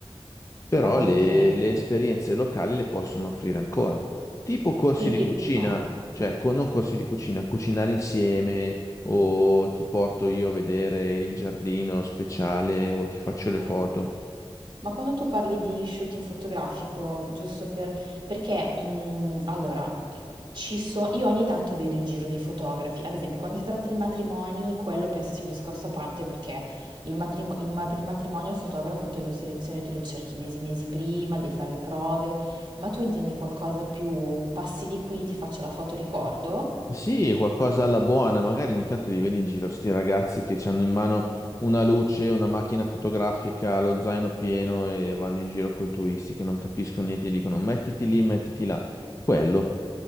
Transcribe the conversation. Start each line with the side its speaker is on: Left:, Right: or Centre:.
Left: però
Right: Ok,
Left: le, le esperienze locali le possono offrire ancora, tipo corsi
Right: quindi...
Left: di cucina,
Right: Oh,
Left: cioè con, non corsi di cucina, cucinare insieme o ti porto io a vedere il giardino speciale o ti faccio
Right: ok.
Left: le foto.
Right: Ma quando tu parli di shooting fotografico, giusto per... perché, mh, allora, ci so- io ogni tanto vedo in giro dei fotografi, ad esempio quando si tratta di matrimoni, quello penso sia un discorso a parte perché il matrimo- il ma- per il matrimonio il fotografo te lo selezioni, te lo cerchi mesi, mesi prima, devi fare le prove, ma tu intendi qualcosa più passi di qui, ti faccio la foto ricordo?
Left: Sì, qualcosa alla buona, magari ogni tanto li vedi in giro, sti ragazzi che hanno in mano una luce, una macchina fotografica, lo zaino pieno e vanno in giro coi turisti che non capiscono niente, e dicono mettiti lì, mettiti là. Quello.